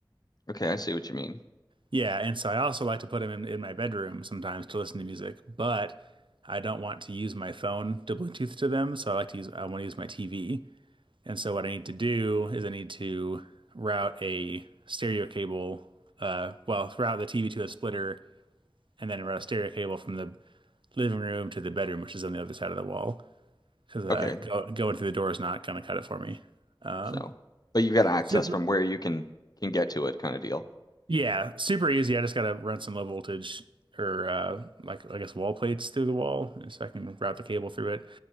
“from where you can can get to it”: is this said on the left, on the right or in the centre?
Left